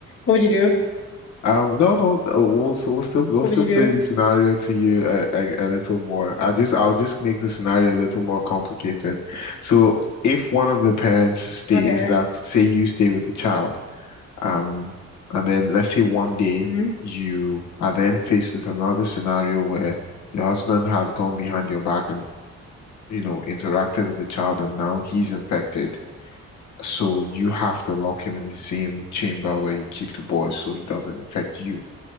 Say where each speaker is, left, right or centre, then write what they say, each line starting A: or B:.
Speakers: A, on the left (about 45°); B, on the left (about 70°).
A: would you do?
B: Um, no, no, uh, we'll, s- we'll still we'll
A: What
B: still
A: would you
B: play
A: do?
B: the scenario to you a, a, a little more. I just I'll just make the scenario a little more complicated. So if one of the parents stays,
A: Okay.
B: that's say you stay with the child, um, and then let's say one day
A: Mm-hmm.
B: you are then faced with another scenario where your husband has gone behind your back and you know interacted with the child, and now he's infected. So you have to lock him in the same chamber where you keep the boy so he doesn't infect you.